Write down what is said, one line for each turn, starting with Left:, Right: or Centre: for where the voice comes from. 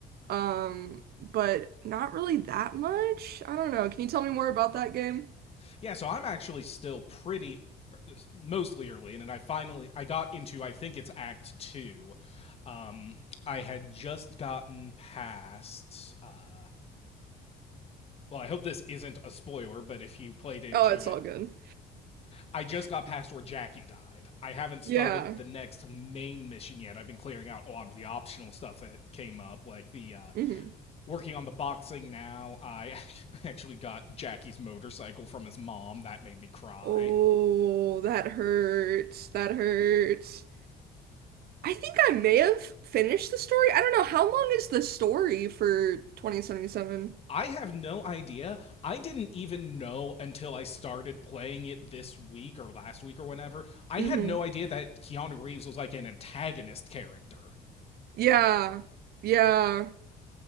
Right: Um, but not really that much. I don't know. Can you tell me more about that game?
Left: Yeah, so I'm actually still pretty mostly early in, and I finally I got into I think it's Act Two. Um, I had just gotten past. Uh, well, I hope this isn't a spoiler, but if you played into
Right: Oh, it's
Left: it,
Right: all good.
Left: I just
Right: <laughs>
Left: got past where Jackie died. I haven't started
Right: Yeah.
Left: the next main mission yet. I've been clearing out a lot of the optional stuff that came up, like the uh,
Right: hmm
Left: working on the boxing now. I <laughs> actually got Jackie's motorcycle from his mom. That made me cry.
Right: Oh, that hurts. That hurts. I think I may have finished the story. I don't know. How long is the story for 2077?
Left: I have no idea. I didn't even know until I started playing it this week or last week or whenever. I
Right: hmm
Left: had no idea that Keanu Reeves was like an antagonist character.
Right: Yeah. Yeah.